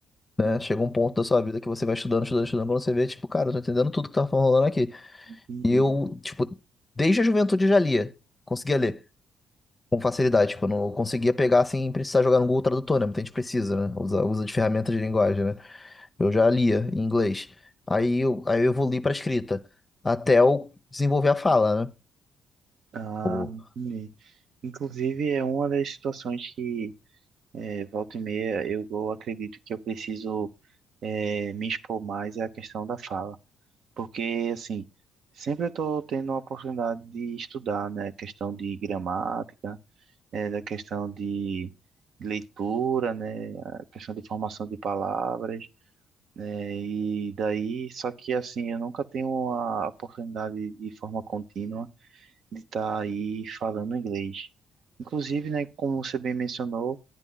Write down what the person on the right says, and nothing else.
Uhum.
Entendi.
Ah,
entendi. Inclusive, é uma das situações que eh, volta e meia eu eu acredito que eu preciso eh, me expor mais é a questão da fala. Porque, assim, sempre eu estou tendo a oportunidade de estudar, né? Questão de gramática, eh, da questão de leitura, né? A questão de formação de palavras, né? E daí, só que, assim, eu nunca tenho a oportunidade de forma contínua de estar aí falando inglês. Inclusive, né? Como você bem mencionou,